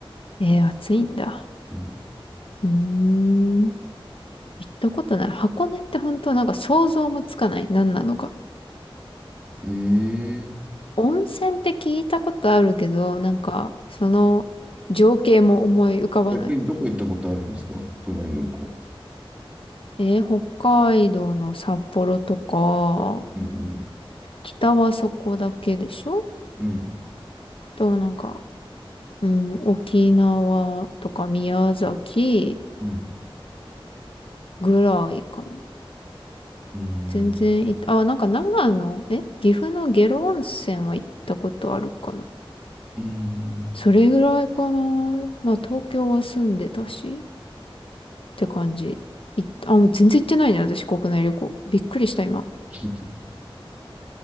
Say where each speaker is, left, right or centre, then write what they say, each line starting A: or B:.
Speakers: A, on the left; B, on the right.
A: えー、暑いんだ。
B: うん、
A: うーん、行ったことない。箱根って本当なんか想像もつかない。何なのか。
B: ええ
A: 温泉って聞いたことあるけど、なんか、その情景も思い浮かばない。
B: 逆にどこ行ったことあるんですか国内旅行。
A: えー北海道の札幌とか、
B: うんうん。
A: 北はそこだけでしょ
B: うん。
A: と、なんか、うん、沖縄とか宮崎
B: うん。
A: ぐらいかも。
B: うん。
A: 全然行った、あ、なんか長野、え岐阜の下呂温泉は行ったことあるかな。
B: うん。
A: それぐらいかな。まあ、東京は住んでたし。て感じ。い、あ、もう全然行ってないね、私、国内旅行。びっくりした、今。
B: <laughs>